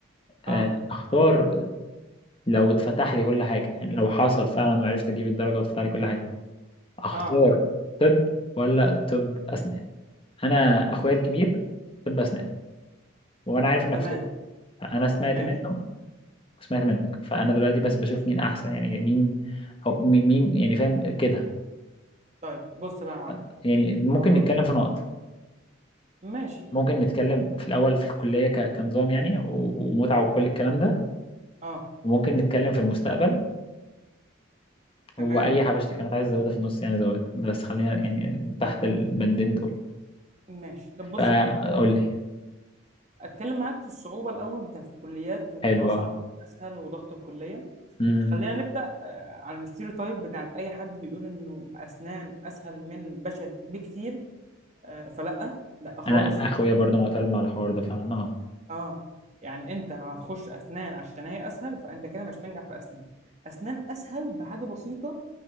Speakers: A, on the right; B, on the left.
A: اه
B: آه، اختار لو اتفتح لي كل حاجه يعني لو حصل فعلا وعرفت اجيب الدرجه واتفتح لي كل حاجه اختار
A: اه
B: طب ولا طب اسنان انا اخويا الكبير طب اسنان وانا عارف انك
A: تمام
B: في طب فانا سمعت
A: ماشي
B: منه وسمعت منك فانا دلوقتي بس بشوف مين احسن يعني مين او مين مين- يعني فاهم كده
A: طيب بص بقى يا معلم
B: ف- يعني ممكن
A: واحده
B: نتكلم
A: واحده
B: في نقط
A: ماشي
B: ممكن نتكلم في الاول في الكليه ك- كنظام يعني و- ومتعه وكل الكلام ده
A: اه
B: وممكن نتكلم في المستقبل
A: تمام
B: واي حبشتك كانت عايز ازودها في النص يعني زودها بس خلينا يعني تحت البندين دول
A: ماشي طب بص
B: فقول
A: بقى
B: لي
A: اتكلم معاك في الصعوبه الاول بتاعت الكليات ومين
B: حلو
A: اصعب
B: اه
A: ومين اسهل وضغط الكليه
B: أمم.
A: خلينا نبدا آه، عن الستيreotype بتاعت اي حد بيقول انه اسنان اسهل من بشري بكتير آه، فلا لا خالص
B: انا اخويا برضه معترض مع الحوار ده فعلا اه
A: اه يعني انت هتخش اسنان عشان هي اسهل فانت كده مش هتنجح في اسنان اسنان اسهل بحاجه بسيطه